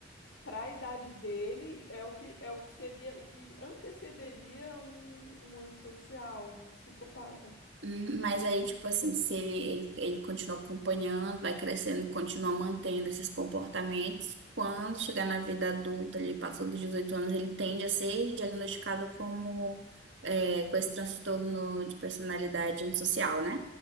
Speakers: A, on the left; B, on the right.
A: Para a idade dele, é o que, é o que seria, o que antecederia um, um antissocial, um psicopata.
B: Hum, Mas aí, tipo assim, se ele, ele, ele continua acompanhando, vai crescendo e continua mantendo esses comportamentos, quando chegar na vida adulta, ele passou dos 18 anos, ele tende a ser diagnosticado como, é, com esse transtorno de personalidade antissocial, né?